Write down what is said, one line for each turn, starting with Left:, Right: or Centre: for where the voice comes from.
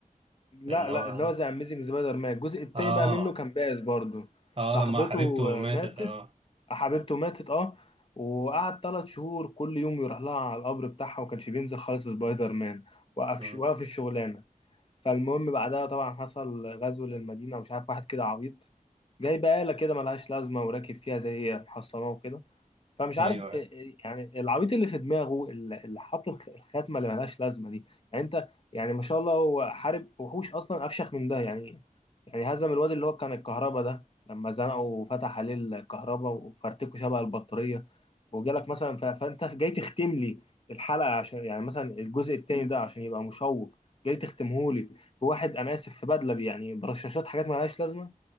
Left: لا
Right: لأن هو
Left: لا اللي هو ذا أميزنج سبايدر مان الجزء التاني
Right: آه
Left: بقى منه كان بائس برضه
Right: آه
Left: صاحبته
Right: لما حبيبته ماتت
Left: آه، ماتت
Right: آه
Left: حبيبته ماتت اه وقعد ثلاث شهور كل يوم يروح لها على القبر بتاعها وما كانش بينزل خالص سبايدر مان وقف
Right: أمم.
Left: وقف الشغلانه فالمهم بعدها طبعا حصل غزو للمدينه ومش عارف واحد كده عبيط جاي بقالة كده ملهاش لازمة وراكب فيها زي محصنة وكده فمش
Right: أيوه
Left: عارف إيه-
Right: أيوة.
Left: إيه- يعني العبيط اللي في دماغه اللي اللي حاط الخ- الخاتمه اللي ملهاش لازمه دي يعني انت يعني ما شاء الله هو حارب وحوش اصلا افشخ من ده يعني يعني هزم الواد اللي هو كان الكهرباء ده لما زنقه وفتح عليه الكهرباء وفرتكه شبه البطاريه وجالك مثلا ف- فانت جاي تختم لي الحلقه عشان يعني مثلا الجزء التاني ده عشان يبقى مشوق جاي تختمه لي بواحد انا اسف في بدله بي- يعني برشاشات حاجات ملهاش لازمه